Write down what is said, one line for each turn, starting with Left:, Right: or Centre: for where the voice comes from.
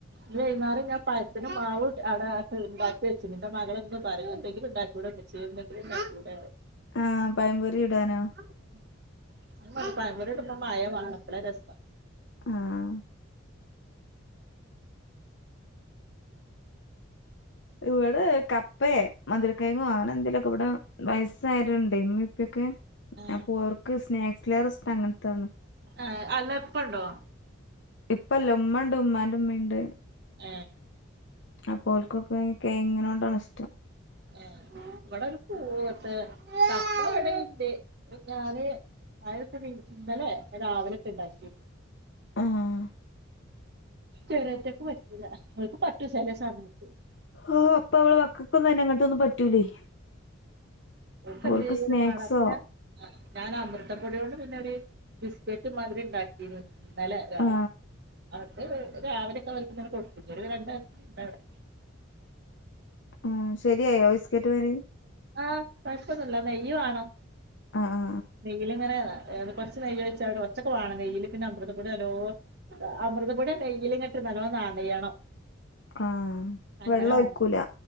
Right: ഞ് വൈന്നാരം ഞാ പഴത്തിന് മാവ് <unintelligible> അട ഹ് ഇണ്ടാക്കി വെച്ചിന് ന്റെ മകളെന്നും പരലും എന്തെങ്കിലും ഉണ്ടാക്കികൂടെ <unintelligible> ച്ച്യേ ന്ന് ണ്ടാക്കൂടെറി
Left: ആഹ് പഴംപൊരി ഇടാനോ
Right: <unintelligible> പഴംപൊരി ഇടുമ്പോ മയം വാണം അപ്പളാ രസം
Left: ആഹ് ഇവ്ടെ കപ്പെ മധുര കെങ്ങോ അങ്ങനെ എന്തെങ്കലുക്കെ ഇവ്ടെ വയസ്സായോര് ണ്ട് ഇമ്മീം ഇപ്പീംക്കെ
Right: ആഹ്
Left: അപ്പോ ഓർക്ക് സ്നാക്സ്ലേറെ ഇസ്ട്ട അങ്ങൻത്താണ്
Right: ആഹ് അല്ല പ്പ ണ്ടോ
Left: ഇപ്പല്ല ഉമ്മണ്ട് ഉമ്മാന്റെ ഉമ്മിണ്ട്
Right: ഏഹ്
Left: അപ്പൊ ഓൽക്കൊക്കെ കെയങ്ങിനോടാണ് ഇഷ്ടം
Right: ഏഹ് ഇവ്ടെ <unintelligible> കപ്പ ഇവടെ ഇണ്ട് മിന്നെ ഞാന് <unintelligible> ഇന്നലെ രാവിലെറ്റെ ണ്ടാക്കീനി
Left: ആഹ്
Right: ചെറിയറ്റെക്ക് പറ്റൂല്ല ഓൾക് പറ്റു ചെലേ സമയത്ത്
Left: ഓഹ് പ്പമ്മളെ മക്കക്കൊന്നും അയ്‌ന് അങ്ങൻത്തൊന്നും പറ്റൂലേ
Right: ഓക്കെന്തേലും
Left: ഓൾക്ക് സ്നാക്സോ
Right: വാണം അപ്പ ഞാ ഞാന് അമൃതപ്പൊടി കൊണ്ട് പിന്നെരു ബിസ്ക്കറ്റ് മാതിരി ഇണ്ടാക്കിന് ഇന്നലെ രാ
Left: ആ
Right: അവ്ട്ത്തെ ഹ് രാവിലെക്കെ വലിക്കുന്ന കൊടുത്ത്‌ ഒരു രണ്ടാഴ്ച ഉണ്ട് അവ്ടെ
Left: ആഹ് ശരിയായോ ബിസ്ക്കറ്റ് മാതിരി
Right: ആഹ് കൊഴപ്പൊന്നുല്ല നെയ്യ് വാണം
Left: ആ ആ
Right: നെയിലിങ്ങനെ ആഹ് അത് കൊറച്ച് നെയ്യൊഴിച്ചവിടെ കൊർച്ചൊക്കെ വാണം നെയ്യില് പിന്നെ അമൃതപൊടി നലോ അമൃതപൊടി ആ നെയ്യ്ല്ങ്ങട്ട് നല്ലോം നനയണം
Left: ആഹ്
Right: അങ്ങനെ
Left: വെള്ളൊഴിക്കൂല
Right: വേണം